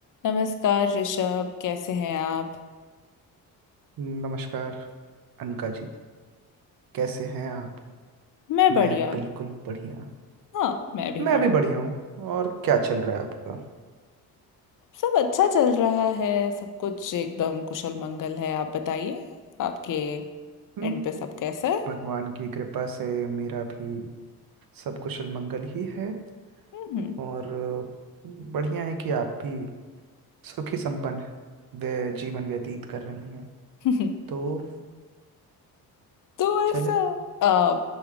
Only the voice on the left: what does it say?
नमस्कार ऋषभ कैसे हैं आप
मैं बढ़िया
हाँ मैं भी
बढ़िया
सब अच्छा चल रहा है सब कुछ एकदम कुशल मंगल है आप बताइए आपके
एंड पे सब कैसा है
हम्म
<laughs>
तो
ऐसा आ,